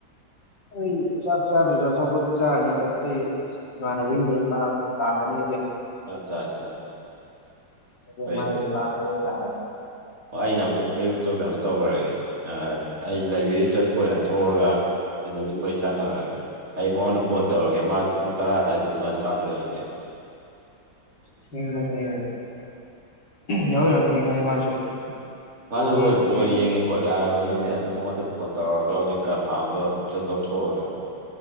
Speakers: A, on the left (about 60°); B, on the right (about 35°).
A: ꯑꯩ ꯆꯥꯛ ꯆꯥꯔꯖ ꯆꯄꯠꯇꯤ ꯆꯥꯔꯅꯤ ꯇ ꯍꯩ ꯃꯥꯅꯕꯤ ꯂꯩ ꯂꯥꯛꯒꯅꯤ
B: ꯑꯠꯆꯥ ꯑꯠꯆꯥ
A: ꯑ
B: ꯐꯩ
A: ꯃꯥꯥꯏꯕꯥꯄꯔ
B: ꯐꯩ
A: ꯊꯥꯏ
B: ꯑꯩꯅ ꯑꯃꯨꯛ ꯑꯌꯨꯛꯇꯨ ꯀꯩꯅꯣ ꯇꯧꯈ꯭ꯔꯒꯦ ꯑꯩ ꯂꯥꯏꯕꯦꯔꯤ ꯆꯠꯄ ꯑꯣꯏꯅ ꯊꯣꯛꯑꯒ ꯑꯗꯨꯅꯗꯤ ꯃꯩ ꯆꯪꯉꯛꯑꯒꯦ ꯑꯩ ꯃꯉꯣꯟꯗ ꯐꯣꯟ ꯇꯧꯔꯒꯦ ꯃꯥꯁꯦ ꯄꯨꯡ ꯇꯔꯥ ꯑꯗꯨꯋꯥꯏꯗꯗꯤ ꯃꯥꯁ ꯆꯥꯗ ꯂꯩꯔꯝꯂꯦ
A: ꯊꯤꯃꯅꯤ ꯍ ꯌꯥꯎ ꯌꯥꯝ ꯊꯤꯃꯅꯤ ꯃꯥꯁꯨ
B: ꯃꯥꯁꯨ
A: ꯕꯣꯜ
B: ꯍꯣꯏ
A: ꯌꯦꯡꯉꯦꯅ
B: ꯕꯣꯏ ꯌꯦꯡꯉꯦ ꯈꯣꯠꯂꯦ ꯍꯥꯏꯔꯕꯅꯤꯅꯦ ꯑꯗꯨ ꯃꯉꯣꯟꯗ ꯐꯣꯟ ꯇꯧꯔꯛꯑꯒ ꯍꯧꯖꯤꯛ ꯀꯟꯐꯥꯔꯝꯗꯣ ꯑꯇ ꯂꯧꯊꯣꯛꯑꯒ